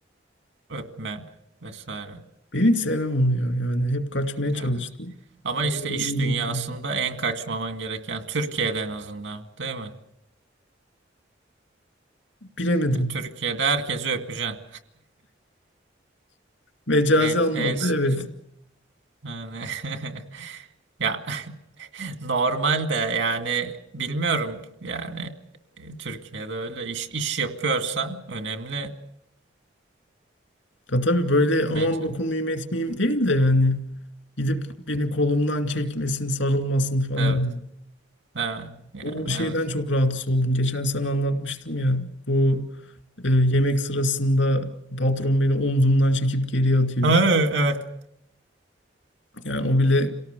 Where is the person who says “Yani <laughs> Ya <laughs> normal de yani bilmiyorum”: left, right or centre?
Right